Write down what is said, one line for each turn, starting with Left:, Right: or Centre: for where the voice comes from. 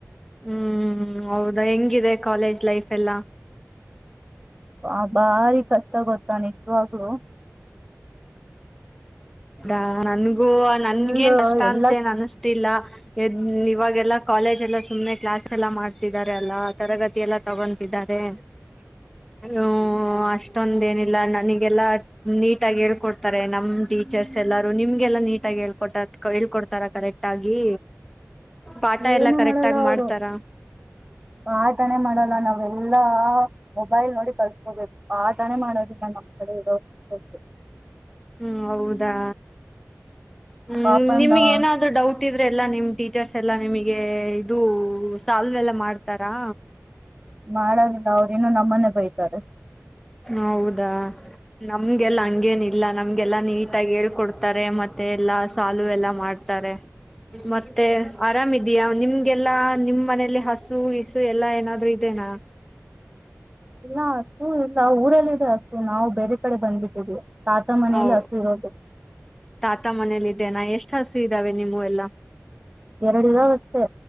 Centre: ಹ್ಮ್ ಹೌದಾ ಹೆಂಗಿದೆ ಕಾಲೇಜ್ ಲೈಫ್ ಎಲ್ಲ
Right: ಹ ಭಾರಿ ಕಷ್ಟ ಗೊತ್ತಾ ನಿಜವಾಗೂ
Centre: ಾ ನನ್ಗೂ ನನ್ಗೇನ್
Right: ಫುಲ್
Centre: ಕಷ್ಟ
Right: ಎಲ್ಲ
Centre: ಅಂತೇ ಅನ್ಸ್ತಿಲ್ಲ ಎ ಹ್ಮ್ ಇವಾಗೆಲ್ಲಾ ಕಾಲೇಜ್ ಎಲ್ಲಾ ಸುಮ್ಮ್ನೆ ಕ್ಲಾಸ್ ಎಲ್ಲ ಮಾಡ್ತಿದ್ದಾರೆ ಅಲ್ಲಾ ತರಗತಿ ಎಲ್ಲ ತಗೊತಿದ್ದಾರೆ
Right: ಹ
Centre: ಹ್ಮ ಅಷ್ಟೊಂದೇಏನಿಲ್ಲ ನನಗೆಲ್ಲಾ ನೀಟಾಗಿ ಹೇಳ್ಕೊಡ್ತಾರೆ ನಮ ಟೀಚರ್ಸ್ ಎಲ್ಲಾರು ನಿಮ್ಗೆಲ್ಲಾ ನೀಟಾಗಿ ಹೇಳ್ಕೊಟ್ಟ ಹೇಳ್ಕೊಡ್ತಾರ ಕರೆಕ್ಟ್ ಆಗಿ ಪಾಠ
Right: ಏನು
Centre: ಎಲ್ಲಾ ಕರೆಕ್ಟ್
Right: ಮಾಡಲ್ಲ
Centre: ಆಗಿ
Right: ಅವರು
Centre: ಮಾಡ್ತಾರ
Right: ಆಟನೇ ಮಾಡಲ್ಲ ನಾವೆಲ್ಲ ಎಲ್ಲ ಮೊಬೈಲ್ ನೋಡಿ ಕಲ್ಸ್ಕೋಬೇಕು ಆಟಾನೇ ಮಾಡೋದಿಲ್ಲ ನಮ್ಮ್ ಕಡೆ ಇರೋ ೀಚರ್
Centre: ಹ್ಮ್ ಹೌದಾ ಹ್ಮ್
Right: ಪಾಪ
Centre: ನಿಮಗ್
Right: ನಾವ್
Centre: ಏನಾದ್ರು ಡೌಟ್ ಇದ್ರೆ ಎಲ್ಲಾ ನಿಮ್ ಟೀಚರ್ಸ್ ಎಲ್ಲಾ ನಿಮಗ್ ಗೆ ಇದು ಸಾಲುವೆಲ್ಲ ಮಾಡ್ತಾರಾ
Right: ಮಾಡದಿಲ್ಲ ಅವ್ರ ಇನ್ನ ನಮ್ಮನ್ನೇ ಬೈತಾರ.
Centre: ಹೌದಾ ನಮ್ಗೆಲ್ಲ ಹಂಗೇನಿಲ್ಲ ನಮ್ ಎಲ್ಲಾ ನೀಟಗಿ ಹೇಳ್ಕೊಡ್ತಾರೆ ಮತ್ತೆ ಎಲ್ಲಾ ಸೊಲ್ವ ಎಲ್ಲ ಮಾಡ್ತಾರೆ. ಮತ್ತೆ ಆರಾಮ ಇದಿಯಾ ನಿಮ್ಗೆಲ್ಲಾ ನಿಮ್ ಮನೇಲಿ ಹಸು ಇಸು ಎಲ್ಲಾ ಏನಾದ್ರು ಇದೆ. ಹಾ
Right: <inaudible> ಲಾಸ್ ಹು ನಾವ ಊರಲ್ಲ ಇದ್ರ ಹಸು ನಾವು ಬೇರೆ ಕಡೆ ಬಂದ್ಬಿಟ್ಟಿದೀವಿ ತಾತ ಮನೇಲಿ
Centre: ಹೌ
Right: ಹಸು ಇರೋದು.
Centre: ತಾತ ಮನೇಲಿ ಇದ್ದೇನಾ ಎಷ್ಟ ಹಸು ಇದ್ದಾವೆ ನಿವು ಎಲ್ಲ
Right: ಎರಡ ಇದಾವ ಅಷ್ಟೇ.